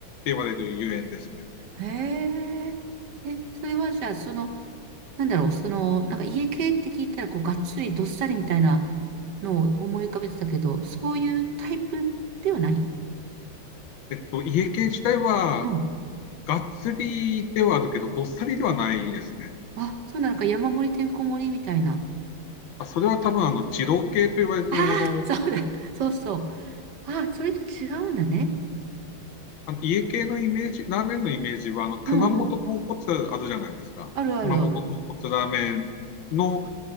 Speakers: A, on the left (about 80°); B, on the right (about 65°).
A: 言われるゆえんですね。
B: ん。へえ。え、それはじゃあ、その、なんだろう、その、なんか家系って聞いたら、こう、がっつりどっさりみたいな、のを思い浮かべてたけど、そういうタイプではない
A: えっと、家系自体は、
B: うん。
A: がっつりではあるけど、どっさりではないですね。
B: あ、そうなのか、山盛りてんこ盛りみたいな。
A: あ、それは多分、あの、二郎系と言われているもの、
B: ああ、そうだ、<laughs> そうそう。ああ、それと違うんだね。
A: あの家系のイメージ、ラーメンのイメージは、あの、熊本豚骨あるじゃないですか。
B: うんうん。あるあるある。
A: 熊本豚骨ラーメンの